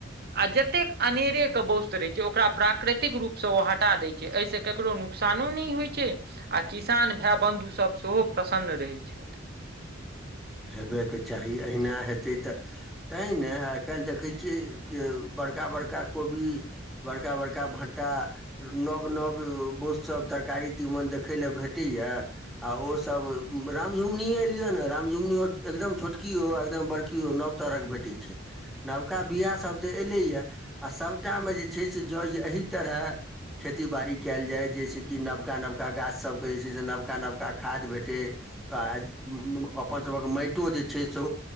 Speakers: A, on the right; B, in the centre.
A: आ जतेक अनेरेके वोस्त्र रहैत छै ओकरा प्राकृतिक रूपसँ ओ हटा दैत छै एहिसँ ककरो नुक्सान नुकसानो नइ होइ छै आ किसान भय बन्धुसभ सेहो प्रसन्न रहै छथि
B: हेबयके चाही अहिना हेतै तऽ तैहि ने आइ काल्हि देखै छियै जे बड़का बड़का कोबी बड़का बड़का भटटा नव नव बोत सब तर तरकारी चिमन देखे ल भेट‌इ य ओ सब त रामझुंगीनीये लिए न राम झुगनियो एकदम छोटकी ओ आ ‌एकदम बड़की ओ नव तरहक भेटे छै नबका बिया सब त एलैय ऐ आ सभटामे जे छै से जौज एहि तरह खेती बाड़ी कैल जाय जे छय से की नबका नबका गाछ सबके जे छै से नबका नबका खाद भेटै आ अपन सभक माइटो जे छै से